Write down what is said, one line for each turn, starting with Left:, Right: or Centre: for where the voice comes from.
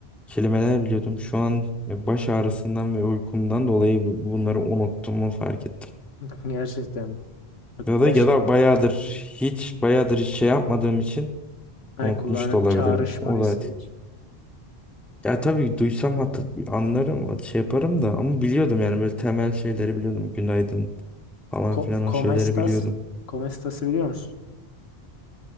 Centre: kelimeler biliyordum. Şu an e, baş ağrısından ve uykumdan dolayı bu- bunları unuttuğumu fark ettim.
Left: <laughs> Gerçekten. Bak
Centre: Ya
Left: baş
Centre: da ya da bayağıdır hiç bayağıdır hiç şey yapmadığım için
Left: hani
Centre: unutmuş
Left: kulağını
Centre: da olabilirim.
Left: çağrışmadıysa
Centre: O da
Left: hiç.
Centre: ya tabii duysam hatta anlarım, şey yaparım da ama biliyordum yani böyle temel şeyleri biliyordum. Günaydın falan
Left: Ko
Centre: filan
Left: Como
Centre: o şeyleri
Left: estas?
Centre: biliyordum.
Left: Como estas'ı biliyor musun?